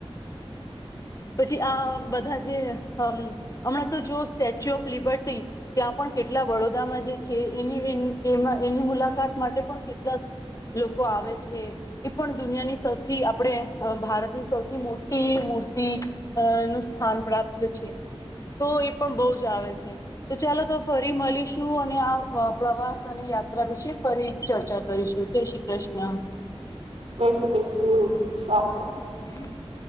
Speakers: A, on the left; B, on the right.
A: પછી આ બધા જે હમણાં તો જો સ્ટેચ્યુ ઓફ લિબર્ટી ત્યાં પણ કેટલા વડોદરામાં જે છે એની એ એની મુલાકાત માટે પણ કેટલા લોકો આવે છે એ પણ દુનિયાની સૌથી આપણે ભારતની સૌથી મોટી મૂર્તિ અ નું સ્થાન પ્રાપ્ત છે તો એ પણ બહુ જ આવે છે તો ચાલો તો ફરી મળીશું અને આ પ્રવાસ અને યાત્રા વિશે ફરી ચર્ચા કરીશું જાય શ્રી ક્રિષ્ના
B: જય શ્રી કૃષ્ણ સારૂ
A: <inaudible>